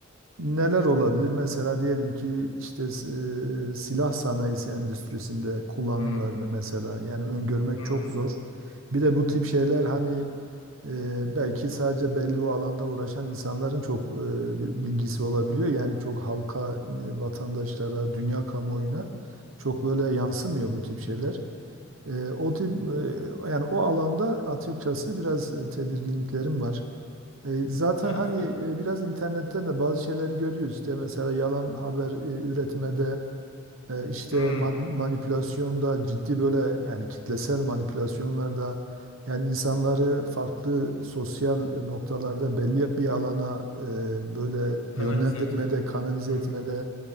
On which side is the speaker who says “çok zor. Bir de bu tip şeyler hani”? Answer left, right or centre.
Right